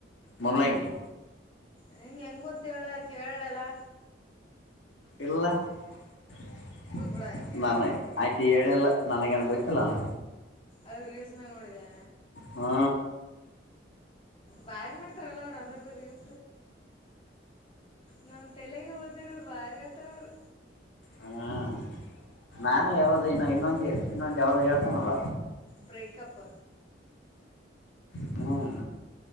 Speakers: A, on the left; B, on the left.
A: ಮುಲ್ಲಂಗಿ
B: ನಿಂಗೆ ಹೆಂಗ್ ಗೊತ್ತ ಹೇಳಿ ಕೇಳಲಾ
A: ಇಲ್ಲ <unintelligible>
B: ಬಿಡ ಆಕೆ ಹೇಳ
A: ನನಗೇನು ಗೊತ್ತಿಲ್ಲ ಅಲ್ಲ
B: ಅವ್ರು ರೀಲ್ಸ್ ನಾಗ ನೋಡಿದೆ
A: ಹಾ
B: ಬಾರಿ ಮಾಡ್ತಾರಲ್ಲ ಅವ್ರ ಅಂದ್ರ ರೀಲ್ ನಮ ತಲೆಗೆ ಓದಿರಲ್ ಬಾರಿ ಆತರ ಅವ್ರ
A: ಹ್ಮ್ ನಾನು ಯಾವ್ದ ಇನ್ನು ಇನ್ನೊಂದು ಇನ್ನೊಂದು ಯಾವುದೋ ಹೇಳ್ತನಲ್ಲ
B: ಬ್ರೇಕಪ್
A: ಹ್ಮ